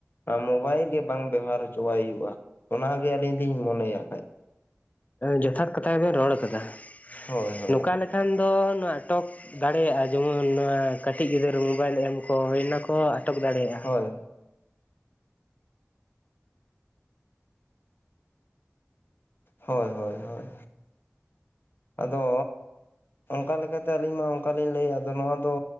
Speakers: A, on the left (about 45°); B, on the left (about 30°).
A: ᱚᱱᱟ ᱢᱳᱵᱟᱭᱤᱞ ᱜᱮ ᱵᱟᱝ ᱵᱮᱵᱚᱦᱟᱨ ᱦᱚᱪᱚᱣᱟᱭ ᱦᱩᱭᱩᱜᱼᱟ ᱚᱱᱟᱜᱮ ᱟᱹᱞᱤᱧ ᱞᱤᱧ ᱢᱚᱱᱮᱭᱟ ᱠᱷᱟᱡ
B: ᱡᱚᱛᱷᱟᱛ ᱠᱟᱛᱷᱟᱵᱮᱱ ᱨᱚᱲ ᱟᱠᱟᱫᱟ᱾
A: ᱦᱳᱭ ᱦᱳᱭ
B: ᱱᱚᱝᱠᱟ ᱞᱮᱠᱟ ᱠᱷᱟᱱ ᱫᱚ ᱱᱟᱴᱚᱠ ᱫᱟᱲᱮᱭᱟᱜᱼᱟ ᱡᱮᱢᱚᱱ ᱱᱚᱣᱟ ᱠᱟᱹᱴᱤᱡ ᱜᱤᱫᱽᱟᱹᱨ ᱢᱳᱵᱟᱭᱤᱞ ᱮᱢ ᱠᱚ ᱦᱩᱭᱱᱟᱠᱚ᱾ ᱠᱚ ᱟᱴᱚᱠ ᱫᱟᱲᱮᱭᱟᱜᱼᱟ᱾
A: ᱦᱳᱭ ᱦᱳᱭ ᱦᱳᱭ ᱦᱳᱭ ᱟᱫᱚ ᱚᱱᱠᱟ ᱞᱮᱠᱟᱛᱮ ᱟᱹᱞᱤᱧ ᱢᱟ ᱚᱱᱠᱟᱞᱤᱧ ᱞᱟᱹᱭᱟ ᱟᱫᱚ ᱱᱚᱣᱟ ᱫᱚ,